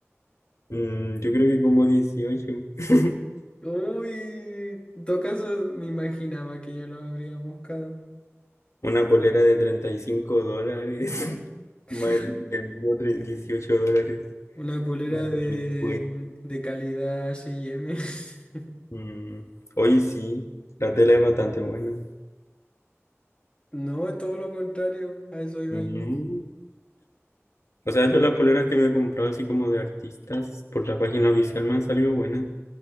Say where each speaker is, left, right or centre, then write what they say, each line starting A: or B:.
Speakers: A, on the left; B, on the left.
A: Mm, yo creo que como dieciocho <laughs>
B: <laughs> Uy, en todo caso me imaginaba que yo lo habría buscado.
A: Una polera de 35 dólares. <laughs>
B: <laughs>
A: Más el envío, tre- 18 dólares.
B: Una polera
A: Más
B: de,
A: el descuento.
B: de calidad H y M. <laughs>
A: Mm, Oye, sí. La tela es bastante buena.
B: No, todo lo contrario, a eso iba
A: Ujú.
B: yo.
A: O sea, yo las poleras que me he comprado así como de artistas por la página oficial me han salido buenas.